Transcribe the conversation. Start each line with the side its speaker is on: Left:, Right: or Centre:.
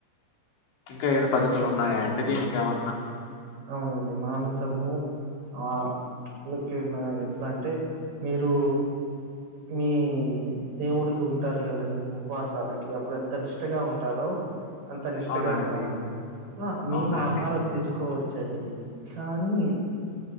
Left: ఇంకా ఏమన పధతులు ఉన్నాయా అండి దీనీకేమన్నా
Right: అవునండి మాంసము ఆ <unintelligible> ఎట్లా అంటే మీరు మీ దేవుడికి ఉంటారు కదండీ ఉపవాసాలకి అప్పుడు ఎంత నిష్టగా ఉంటారో అంత నిష్టగా
Left: అవునా
Right: ఉండాలండి
Left: అండి
Right: మేము
Left: అవునా అండి
Right: ఆహార తీసుకోవచ్చండి కానీ